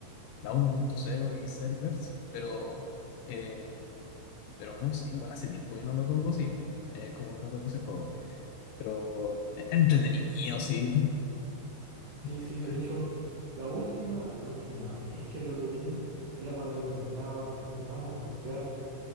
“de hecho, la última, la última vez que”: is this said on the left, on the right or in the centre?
Right